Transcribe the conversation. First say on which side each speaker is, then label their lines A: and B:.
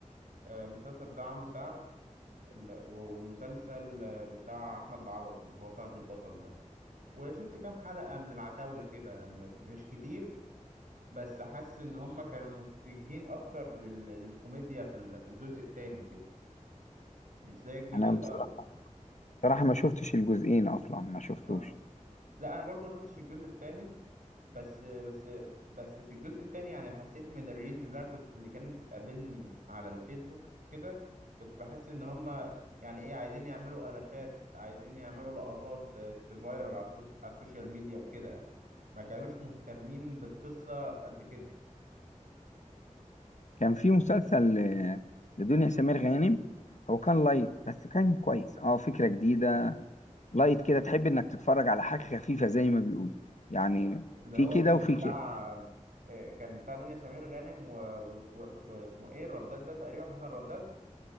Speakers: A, on the right (about 85°); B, on the left (about 65°).
A: آه، المسلسل بتاع عمرو سعد ال- و- والمسلسل آه، بتاع احمد العوضي اللي هو فهد البطل ده وشفت كام حلقه من العتاوله كده يعني مش كتير بس حاسس ان هم كانوا متجهين اكتر لل... للكوميديا في ال... في الجزء التاني كده مش زي الجزء
B: انا
A: الاول
B: بصراحة صراحة ما شفتش الجزئين أصلا ما شفتوش
A: اه لا انا برضو ما شفتش الجزء التاني بس بس بس في الجزء التاني يعني حسيت من الريلز اللي انا كنت اللي كانت بتقابلني على الفيسبوك كده كنت بحس ان هما يعني ايه عايزين يعملوا قلاشات عايزين يعملوا لقطات آه، تفايرل على السوش- على السوشيال ميديا وكده يعني ما كانوش مهتمين بالقصة قد كده
B: كان في مسلسل ل- لدنيا سمير غانم هو كان لايت بس كان كويس اه فكرة جديدة لايت كده تحب انك تتفرج على حاجة خفيفة زي ما بيقولوا يعني
A: اللي اللي
B: في
A: هو
B: كده
A: كان
B: وفي
A: بتاع
B: كده
A: آه، كان بتاع دنيا سمير غانم و- و- و- واسمه ايه الرداد ده تقريبا حسن رداد